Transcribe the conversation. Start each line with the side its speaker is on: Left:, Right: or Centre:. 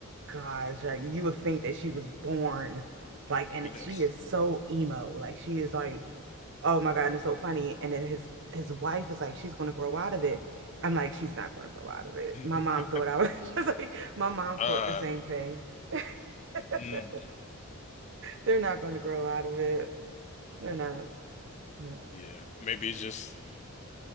Right: gosh, like you would think that she was born like, and
Left: Yes.
Right: it's, she is so emo, like she is like, oh my God, and it's so funny. And then his his wife is like, she's gonna grow out of it. I'm like, she's not going to grow out of it.
Left: <laughs>
Right: My mom thought I was <laughs> just like, my mom
Left: Uh,
Right: thought the same thing. <laughs>
Left: mm,
Right: They're not going to grow out of it. They're not. No.
Left: yeah.
Right: <laughs>
Left: Maybe it's just